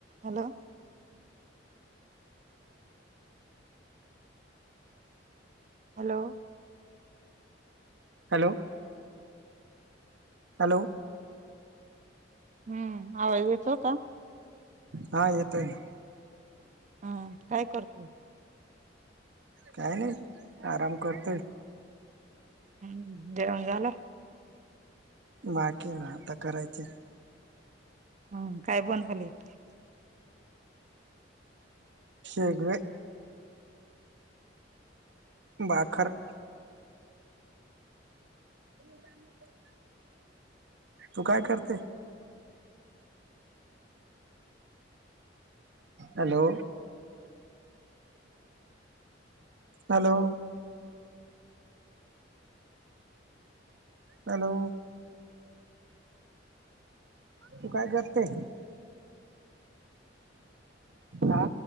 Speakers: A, on the right; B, on the right.
A: Hello- hello.
B: Hello- hello.
A: हुं. आवाज येतोय का?
B: हा येतोय.
A: हा, काय करतोय?
B: काय नाय आराम करतोय.
A: हुं, जेवन झालं?
B: बाकी ना आता करायचय.
A: हुं काय पण खाली <unintelligible>
B: शेगवे भाकर हेणी जा म्हटलंय जा तू काय करते? हॅलो हॅलो हॅलो, तू काय करते? आ